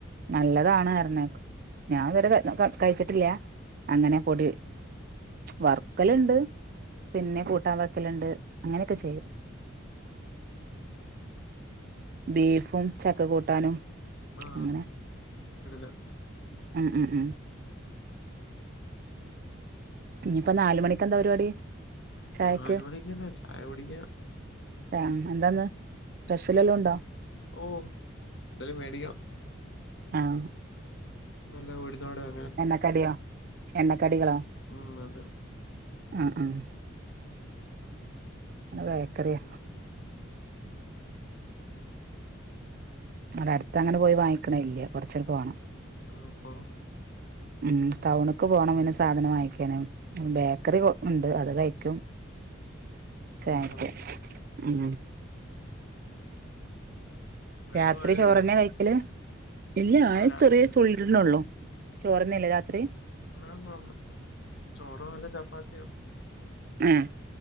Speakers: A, on the right; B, on the left.
A: നല്ലതാണ് പറഞ്ഞെ ഞാൻ ഇതുവരെ കഴിച്ചിട്ടില്ല അങ്ങനെ പൊടി വറക്കലുണ്ട് പിന്നെ കൂട്ടാൻ വെക്കലുണ്ട് അങ്ങനെയൊക്കെ ചെയ്യും ബീഫും ചക്ക കൂട്ടാനും
B: ആ
A: അങ്ങനെ
B: കിടിലം
A: ഉം ഉം ഉം ഇനിയിപ്പോ നാല് മണിക്ക് എന്താ പരിപാടി ചായക്ക്
B: നാല് മണിക്ക് എന്നാ ചായ കുടിക്കാ
A: ആഹ് എന്താന്ന് സ്പെഷ്യല് വല്ലോ ഉണ്ടോ
B: ഓ എന്തായാലും മേടിക്കണം
A: ആഹ്
B: നല്ല ഉഴുന്നോടയാ
A: എണ്ണക്കടിയോ എണ്ണക്കടികളോ
B: ഉം അതെ
A: ഉം ഉം അത് ബേക്കറിയ
B: ഉം.
A: അവടെ അടുത്ത്
B: ഉം.
A: അങ്ങനെ പോയി വാങ്ങിക്കണ ഇല്ല കൊറച്ചൂടി പോകണം
B: ആഹ് പറ
A: ഉം ടൗണക്ക് പോണം പിന്നെ സാധനം വാങ്ങിക്കാന് ബേക്കറി ഉണ്ട് അത് കഴിക്കും ചായക്ക്
B: ആഹാ
A: ഉം
B: വൈകിട്ട്
A: രാത്രി
B: മഴ
A: ചോറെന്നെ
B: പെയ്യോ
A: കഴിക്കല് ഇല്ല ആയസ്ത്രിയ
B: ആ രാത്രി കാണാം
A: തുള്ളി തിന്നുള്ളൂ ചോറന്നെല്ലെ രാത്രി
B: <unintelligible> ചോറോ അല്ലെ ചപ്പാത്തിയൊ
A: ആഹ്